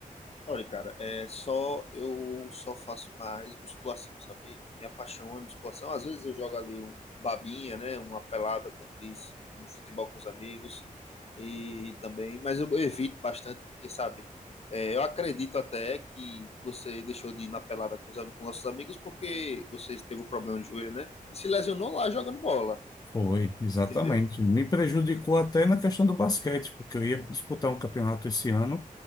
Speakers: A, on the left (about 45°); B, on the left (about 25°).
A: Olha, cara, é só eu só faço mais musculação, sabe? Minha paixão é musculação. Às vezes eu jogo ali um babinha, né? Uma pelada, como diz, um futebol com os amigos e também, mas eu evito bastante porque, sabe? é, eu acredito até que você deixou de ir na pelada com os, am- com nossos amigos porque você teve um problema de joelho, né? E se lesionou lá jogando bola,
B: Foi, exatamente.
A: entendeu?
B: Me prejudicou até na questão do basquete, porque eu ia disputar um campeonato esse ano,